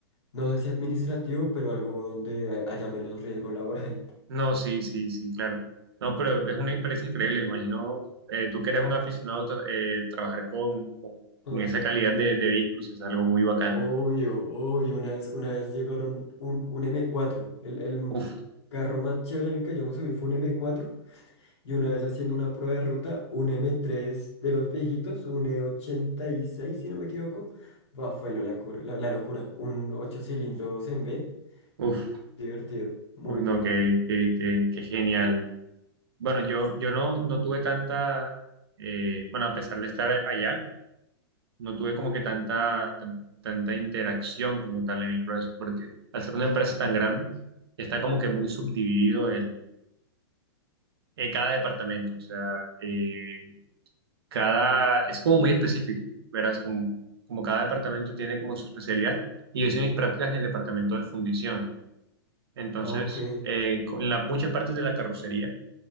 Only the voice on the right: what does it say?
No, sí, sí, sí, claro. No, pero es una empresa increíble. Me imagino, eh, tú que eres un aficionado, tra- eh, trabajar con, con-
con esa calidad de, de vehículos es algo muy bacano.
Uf,
uf,
uy, no,
qué, qué, qué- qué genial. Bueno, yo,
yo no, no tuve tanta, eh, bueno, a pesar de estar allá, no tuve como que tanta, tan- tanta interacción como tal en el proceso, porque al ser una empresa tan grande, está como que muy subdividido eh, cada departamento, o sea, eh, cada, es como muy específico, verás, como, como cada departamento tiene como su especialidad, y yo hice mis prácticas en el departamento de fundición, entonces,
eh, con la- muchas partes de la carrocería